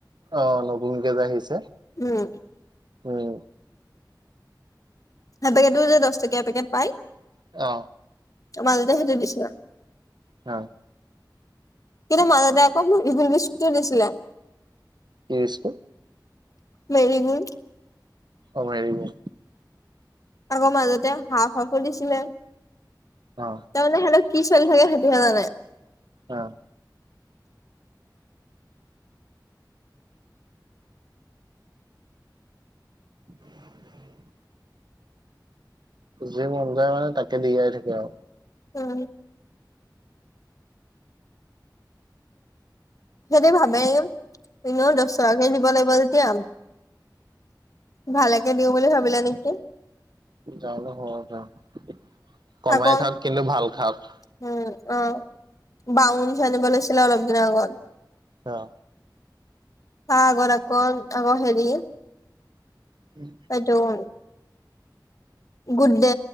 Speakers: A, on the right; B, on the left.
A: অ লগোনকে যে আহিছে
B: উম
A: উম
B: সেতৰ এটোও যে দচ টকীয়া পেকেট পায়
A: অ
B: মাজতে সেটো দিছিলে
A: হয়
B: কিন্তু মাজতে আকৌ ইগোল বিস্কুট টো দিছিলে
A: কি বিস্কু
B: মেৰি গুল।
A: অ মেৰিগল।
B: আকৌ মাজতে হাফ হাফো দিছিলে।
A: অ
B: তাৰমানে সিহঁতৰ কি চলি থাকে সেতিহে জানে।
A: অহ। <unintelligible> যি মন যায় মানে তাকে দিয়াই থাকে আৰু
B: নাজানো সিহতি ভাবেই এনেও দছ টকাকে দিব লাগিব যেতিয়া ভালেকে দিও বুলি ভাবিলে নেকি
A: যানো হব পাৰে কমাই
B: আকৌ
A: খাওক কিন্তু ভাল খাওক
B: উম অ বাউনচ্ আনিব লাগিছিলে অলপ দিনৰ আগত
A: অ
B: তা আগত আকল আগ হেৰি
A: উম
B: সেইটোন গুডডে